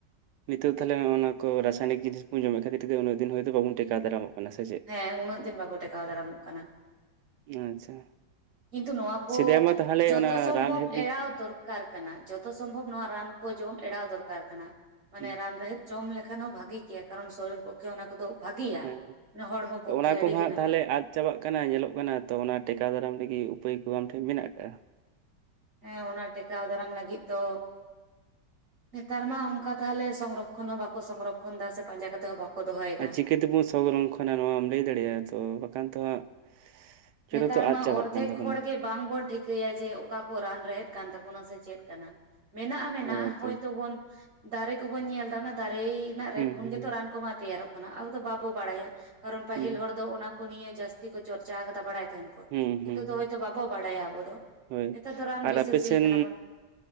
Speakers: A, on the right; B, on the right.
A: ᱱᱤᱛᱚᱜ ᱛᱟᱦᱚᱞᱮ ᱱᱚᱜᱼᱚ ᱱᱚᱣᱟ ᱠᱚ ᱨᱟᱥᱟᱭᱱᱤᱠ ᱡᱤᱱᱤᱥ ᱵᱚᱱ ᱡᱚᱢᱮᱫ ᱠᱷᱟᱹᱛᱤᱨ ᱛᱮ ᱩᱱᱟᱹᱜ ᱫᱤᱱ ᱦᱚᱭᱛᱚ ᱵᱟᱵᱚᱱ ᱴᱮᱠᱟᱣ ᱫᱟᱨᱟᱢᱚᱜ ᱠᱟᱱᱟ ᱥᱮ ᱪᱮᱫ?
B: ᱦᱮᱸ ᱩᱱᱟᱹᱜ ᱫᱤᱱ ᱵᱟᱵᱚ ᱴᱮᱠᱟᱣ ᱫᱟᱨᱟᱢᱚᱜ ᱠᱟᱱᱟ᱾
A: ᱟᱪᱪᱷᱟ
B: ᱠᱤᱱᱛᱩ ᱱᱚᱣᱟ ᱠᱚ
A: ᱥᱮᱫᱟᱭ ᱢᱟ ᱛᱟᱦᱚᱞᱮ
B: ᱡᱚᱛᱚ
A: ᱚᱱᱟ
B: ᱥᱚᱢᱵᱷᱚᱵ
A: ᱨᱟᱱ ᱨᱮᱦᱮᱫ ᱜᱮ
B: ᱮᱲᱟᱣ ᱫᱚᱨ ᱠᱟᱨ ᱠᱟᱱᱟ, ᱡᱚᱛᱚ ᱥᱚᱢᱵᱷᱚᱵ ᱱᱚᱣᱟ ᱨᱟᱱ ᱠᱚ ᱡᱚᱢ ᱮᱲᱟᱣ ᱫᱚᱨᱠᱟᱨ ᱠᱟᱱᱟ, ᱢᱟᱱᱮ
A: ᱦᱩᱸ,
B: ᱨᱟᱱ ᱨᱮᱦᱮᱫ ᱡᱚᱢ ᱞᱮᱠᱷᱟᱱ ᱦᱚᱸ ᱵᱷᱟᱜᱮ ᱜᱮᱭᱟ, ᱠᱟᱨᱚᱱ ᱥᱚᱨᱤᱨ ᱯᱚᱠᱠᱷᱮ ᱚᱱᱟ ᱠᱚᱫᱚ ᱵᱷᱟᱜᱤᱭᱟ᱾
A: ᱦᱮᱸ ᱦᱮᱸ
B: ᱚᱱᱮ ᱦᱚᱲᱢᱚ
A: ᱛᱚ
B: ᱯᱚᱠᱠᱷᱮ
A: ᱚᱱᱟ ᱠᱚ
B: ᱟᱹᱰᱤ
A: ᱦᱟᱸᱜ
B: ᱜᱮ ᱱᱟᱯᱟᱭᱟ᱾
A: ᱛᱟᱦᱚᱞᱮ ᱟᱫ ᱪᱟᱵᱟᱜ ᱠᱟᱱᱟ ᱧᱮᱞᱚᱜ ᱠᱟᱱᱟ ᱛᱚ ᱚᱱᱟ ᱴᱮᱠᱟᱣ ᱫᱟᱨᱟᱢ ᱞᱟᱹᱜᱤᱫ ᱩᱯᱟᱹᱭ ᱠᱚ ᱟᱢ ᱴᱷᱮᱱ ᱢᱮᱱᱟᱜ ᱟᱠᱟᱜᱼᱟ?
B: ᱦᱮᱸ ᱚᱱᱟ ᱴᱮᱠᱟᱣ ᱫᱟᱨᱟᱢ ᱞᱟᱜᱤᱫ ᱫᱚ ᱱᱮᱛᱟᱨ ᱢᱟ ᱚᱱᱠᱟ ᱛᱟᱦᱟᱞᱮ ᱥᱚᱝᱨᱚᱠᱠᱷᱚᱱ ᱦᱚᱸ ᱵᱟᱠᱚ ᱥᱚᱝᱨᱚᱠᱷᱚᱱ ᱫᱟ, ᱥᱮ ᱯᱟᱸᱡᱟ ᱠᱟᱛᱮ ᱦᱚᱸ ᱵᱟᱠᱚ ᱫᱚᱦᱚᱭᱮᱫᱟ᱾
A: ᱟᱨ ᱪᱤᱠᱟᱹ ᱛᱮᱵᱚᱱ ᱥᱚᱝᱨᱠᱠᱷᱚᱱᱟ ᱱᱚᱣᱟᱢ ᱞᱟᱹᱭ ᱫᱟᱲᱮᱭᱟᱜᱼᱟ ᱛᱚ ᱵᱟᱠᱷᱟᱱ ᱛᱚ ᱦᱟᱸᱜ ᱡᱚᱛᱚ
B: ᱱᱮᱛᱟᱨ
A: ᱛᱚ
B: ᱢᱟ
A: ᱟᱫ ᱪᱟᱵᱟᱜ
B: ᱚᱨᱫᱷᱮᱠ
A: ᱠᱟᱱ ᱛᱟᱵᱚᱱᱟ
B: ᱦᱚᱲ ᱜᱮ ᱵᱟᱝᱵᱚᱱ ᱴᱷᱤᱠ ᱪᱤᱠᱟᱹᱭᱟ ᱡᱮ ᱚᱠᱟ ᱠᱚ ᱨᱟᱱ ᱨᱮᱦᱮᱫ ᱠᱟᱱ ᱛᱟᱵᱚᱱᱟ ᱥᱮ ᱪᱮᱫ ᱠᱟᱱᱟ, ᱢᱮᱱᱟᱜᱼᱟ ᱢᱮᱱᱟᱜᱼᱟ
A: ᱚ ᱟᱪᱪᱷᱟ
B: ᱦᱳᱭᱛᱚ ᱵᱚᱱ ᱫᱟᱨᱮ ᱠᱚᱵᱚᱱ ᱧᱮᱞ ᱫᱟ ᱚᱱᱟ ᱫᱟᱨᱮ ᱨᱮᱱᱟᱜ ᱨᱮᱦᱮᱫ
A: ᱦᱩᱸ
B: ᱠᱷᱚᱱ
A: ᱦᱩᱸ
B: ᱜᱮᱛᱚ ᱨᱟᱱ ᱠᱚᱢᱟ ᱛᱮᱭᱟᱨᱚᱜ ᱠᱟᱱᱟ, ᱟᱵᱚ ᱫᱚ ᱵᱟᱵᱚ ᱵᱟᱲᱟᱭᱟ᱾ ᱠᱟᱨᱚᱱ ᱯᱟᱦᱤᱞ
A: ᱦᱩᱸ
B: ᱦᱚᱲ ᱫᱚ ᱚᱱᱟ ᱠᱚ ᱱᱤᱭᱟᱹ ᱡᱟᱹᱥᱛᱤ ᱠᱚ ᱪᱚᱨᱪᱟ ᱠᱟᱫᱟ ᱵᱟᱲᱟᱭ ᱛᱟᱦᱮᱱᱟ ᱠᱚ
A: ᱦᱩᱸ
B: ᱾ ᱦᱤᱛᱚᱜ
A: ᱦᱩᱸ
B: ᱫᱚ
A: ᱦᱩᱸ
B: ᱦᱳᱭᱛᱚ ᱵᱟᱵᱚ ᱵᱟᱲᱟᱭᱟ ᱟᱵᱚ ᱫᱚ,
A: ᱦᱳᱭ
B: ᱦᱤᱛᱚᱜ ᱫᱚ ᱨᱟᱱ
A: ᱟᱨ
B: ᱵᱤᱥᱟᱹᱥᱤ
A: ᱟᱯᱮ ᱥᱮᱱ
B: ᱠᱟᱱᱟ ᱵᱚᱱ ᱾